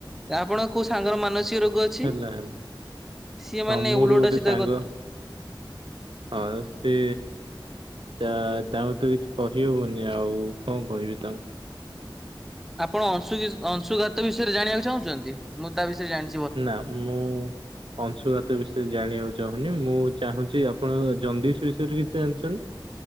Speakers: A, in the centre; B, on the right.
A: ଆପଣ କୋଉ ସାଙ୍ଗର ମାନସିକ ରୋଗ ଛି
B: ହେଲା ହେଲା
A: ସିଏ
B: ହଁ
A: ମାନେ
B: ମୋର
A: ଉଲୁଟା
B: ଗୋଟେ
A: ସିଧା
B: ସାଙ୍ଗ
A: କଥ୍
B: ହଁ ସେ ତା ତାଙ୍କୁ ତ କିଛି କହିହବନି ଆଉ କଣ କହିବି ତାଙ୍କ
A: ଆପଣ ଅଂଶୁ ଘୁସ ଅଂଶୁଘାତ ବିଷୟରେ ଜାଣିବାକୁ ଚାହୁଁଛନ୍ତି? ମୁଁ ତା ବିଷୟରେ ଜାଣି
B: ନା ମୁଁ ଅଂଶୁଘାତ ବିଷୟରେ ଜାଣିବାକୁ ଚାହୁନି। ମୁଁ ଚାହୁଁଛି ପଣ ଜନଦିସ୍ ବିଷୟରେ କିଛି ଜଣିଛନ୍ତ